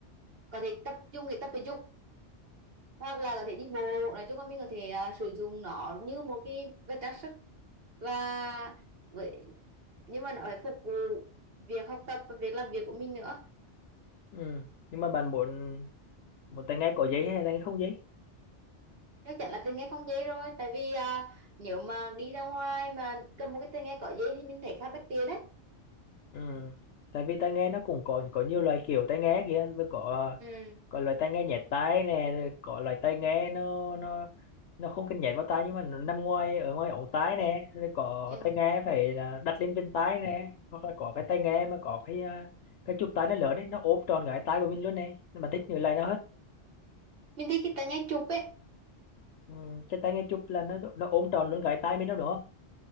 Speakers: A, on the right; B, on the left.
A: có thể tập trung để tập thể dục hoặc là có thể đi bộ nói chung là mình có thể à, sử dụng nó như một cái vật trang sức và với nhưng mà nó phải phục vụ việc học tập và việc làm việc của mình nữa
B: ừ. Nhưng mà bạn muốn muốn tai nghe có giấy hay tai nghe không giấy?
A: chắc chắn là tai nghe không dễ rồi tại vì à, nếu mà đi ra ngoài mà cầm một cái tai nghe có dây thì mình thấy khá bất tiện đấy
B: Ừ. Tại vì tai nghe nó cũng có có nhiều loại kiểu tai nghe kìa, vừa có
A: ừ.
B: có loại tai nghe nhẹ tai nè rồi có loại tai nghe nó nó nó không cần nhét vào tai nhưng mà nó nằm ngoài ở ngoài ống tai nè rồi có
A: ừ.
B: tai nghe phải là đặt lên bên tai nè hoặc là có cái tai nghe mà có cái à, cái chụp tai nó lớn đấy nó ôm tròn cái tai của mình luôn nè Nhưng mà thích như này nó hết
A: mình thích cái tai nghe chụp ấy
B: ừ, cái tai nghe chụp là nó nó ôm tròn luôn cái tai mình đó đúng không